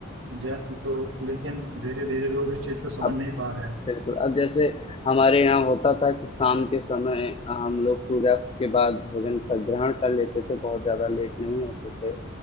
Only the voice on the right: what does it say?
जय तो लेकिन धीरे धीरे लोग इस चीज़ को समझ
नहीं पा रहे हैं